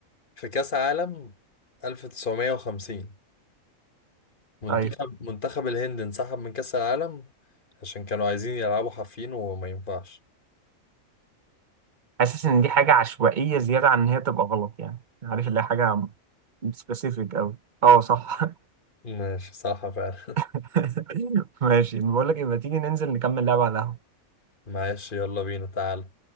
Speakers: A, on the left; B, on the right.
A: في كأس عالم 1950 منتخب
B: ايوه
A: منتخب الهند انسحب من كأس العالم عشان كانوا عايزين يلعبوا حافين وما ينفعش
B: حاسس ان دي حاجه عشوائيه زياده عن ان هي تبقى غلط يعني عارف اللي هي حاجه سبيسيفيك قوي اه صح
A: ماشي صح فعلا
B: <laughs> ماشي بقول لك يبقى تيجي ننزل نكمل لعبه على القهوه
A: <laughs> معلش يلا بينا تعال